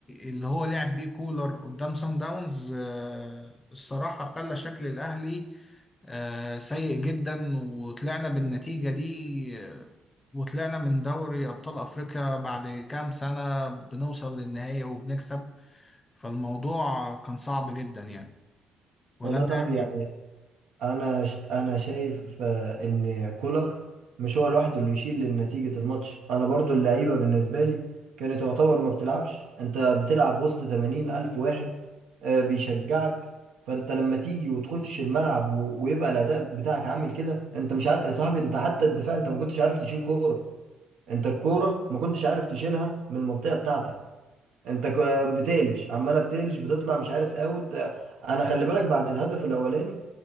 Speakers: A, on the left; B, on the right.
A: اللي هو لعب بيه كولر قدام سان داونز آه، الصراحة خلى شكل الاهلي آه، سيء جدا وطلعنا بالنتيجة دي آه، وطلعنا من دوري أبطال أفريقيا بعد كام سنة بنوصل للنهاية وبنكسب فالموضوع كان صعب جدا يعني ولا
B: والله
A: أنت
B: يا صاحبي
A: إيه
B: يعني
A: رأيك؟
B: انا ش... انا شايف آه، ان كولر مش هو لوحده اللي يشيل نتيجة الماتش انا برضو اللعيبة بالنسبة لي كانت تعتبر ما بتلعبش انت بتلعب وسط 80 الف واحد آه، بيشجعك فانت لما تيجي وتخش الملعب و... ويبقى الاداء بتاعك عامل كده انت مش عارف يا صاحبي انت حتى الدفاع انت ما كنتش عارف تشيل كورة انت الكورة ما كنتش عارف تشيلها من المنطقة بتاعتك انت كو- بتقلش عماله بتقلش بتطلع مش عارف اوت انا خلي بالك بعد الهدف الاولاني